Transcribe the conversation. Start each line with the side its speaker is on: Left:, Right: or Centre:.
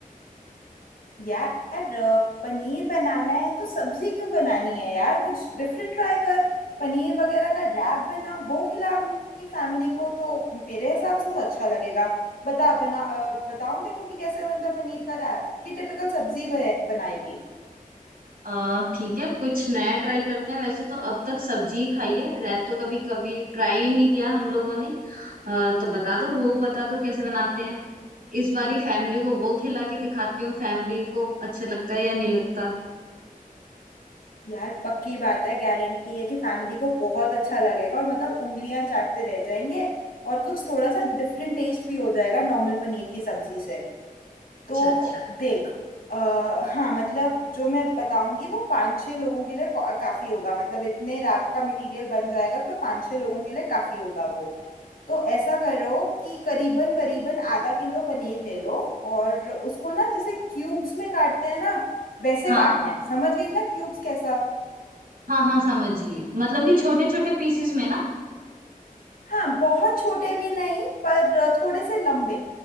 Left: यार अ, पनीर बनाना है तो सब्जी क्यों बनानी है यार कुछ डिफरेंट ट्राई कर पनीर वगैरह का रैप बना वो खिला अपनी फैमिली को तो मेरे हिसाब से तो अच्छा लगेगा बता बना अ, बताऊं देखो कि कैसे बनता है पनीर का रैप कि टिपिकल सब्जी बने- बनाएगी
Right: आ ठीक है कुछ नया ट्राई करते हैं वैसे तो अब तक सब्जी ही खाई है रैप तो कभी कभी ट्राई ही नहीं किया हम लोगों ने आ, तो बता दो वो बता दो कैसे बनाते हैं इस बार ही फैमिली को वो खिला के दिखाती हूँ फैमिली को अच्छा लगता है या नहीं लगता
Left: यार पक्की बात है गारंटी है कि फैमिली को बहुत अच्छा लगेगा और मतलब उंगलियां चाटते रह जाएंगे और कुछ थोड़ा सा डिफरेंट टेस्ट भी हो जाएगा नॉर्मल पनीर की सब्जी से
Right: अच्छा
Left: तो
Right: अच्छा
Left: देख आ, हाँ मतलब जो मैं बताऊंगी वो पांच छह लोगों के लिए का- काफी होगा मतलब इतने रैप का मटेरियल बन जाएगा तो पांच छह लोगों के लिए काफी होगा वो तो ऐसा करो कि करीबन करीबन आधा किलो पनीर ले लो और उसको ना जैसे क्यूब्स में काटते हैं ना वैसे
Right: हाँ
Left: काटना है समझ गई ना क्यूब्स कैसा
Right: हाँ हाँ समझ गई मतलब कि छोटे छोटे पीसेस में ना
Left: हाँ बहुत छोटे भी नहीं पर थोड़े से लंबे